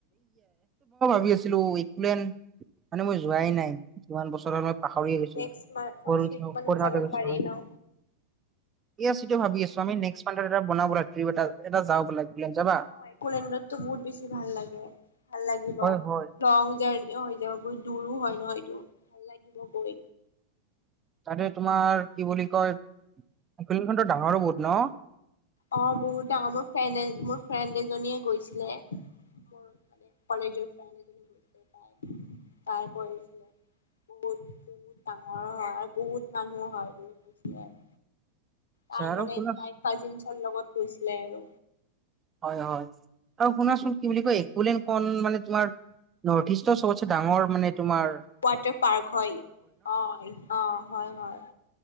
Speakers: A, on the right; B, on the left.
A: ভাবিছিলো উইক প্লেন মানে মই যোৱাই নাই কিমান বছৰৰ পাহৰি গৈছো
B: নেক্সট মান্থ ফাৰ্ষ্ট
A: সৰু
B: উইক
A: থা
B: মানত
A: সৰু থাকোঁতে
B: যাব
A: গৈছিলোঁ
B: পাৰি ন
A: অ একচুৱেল <unintelligible> ভাবি আছো আমি নেক্সট মান্তত এটা বনাব লাগে ট্ৰিপ এটা এটা যাওঁ বলা একলেণ্ড যাবা
B: অ এক'লেণ্ডত তো বহুত বেছি ভাল লাগে ভাল লাগিব
A: হয় হয়
B: লং জাৰ্নি ও বহুত দূৰো হয় ন এইটো ভাল লাগিব গৈ।
A: তাতে তোমাৰ কি বুলি কয় খনতো ডাঙৰো বহুত ন?
B: অ বহুত ডাঙৰ মোৰ ফ্ৰেণ্ড মোৰ ফ্ৰেণ্ড এজনীয়ে গৈছিলে। মোৰ মানে কলেজৰ ফ্ৰেণ্ড এজনী বু পায় তাৰ কৰিছিলে বহুত বহুত ডাঙৰ হয় আৰু বহুত মানুহ হয় বুলি কৈছিলে আৰু
A: আচ্ছা
B: তাই
A: আৰু
B: মানে
A: শুনা
B: তাই কা লগত গৈছিলে আৰু
A: হয় হয় আৰু শুনাচোন কি বুলি কয় একুলেন খন মানে তোমাৰ নৰ্থ ইষ্টৰ চবতচে ডাঙৰ মানে তোমাৰ
B: ৱাটাৰ পাৰ্ক হয় অ অ হয় হয়।